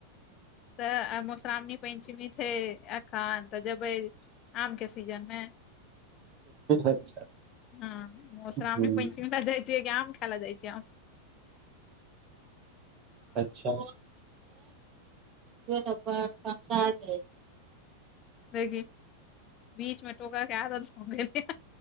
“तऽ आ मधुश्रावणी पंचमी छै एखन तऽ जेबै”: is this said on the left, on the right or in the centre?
Left